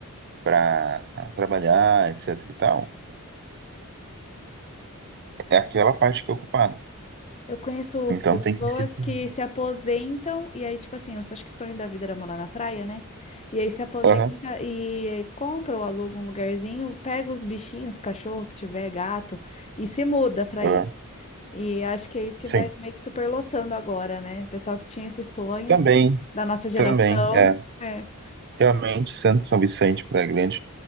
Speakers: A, on the right; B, on the left.
A: para trabalhar, etc e tal, é aquela parte que é ocupada.
B: Eu conheço
A: Então
B: pessoas
A: tem sido. ser
B: que
A: dividido.
B: se aposentam e aí, tipo assim, eu só- acho que o sonho da vida era morar na praia, né? E aí se aposenta
A: Aham,
B: e eh, compra ou aluga um lugarzinho, pega os bichinhos, cachorro que tiver, gato, e se muda pra aí.
A: aham,
B: E acho que é isso que
A: sim.
B: vai meio que superlotando agora, né? O pessoal que tinha esse sonho
A: Também,
B: da nossa geração.
A: também, é.
B: É.
A: Realmente, Santos, São Vicente, Praia Grande,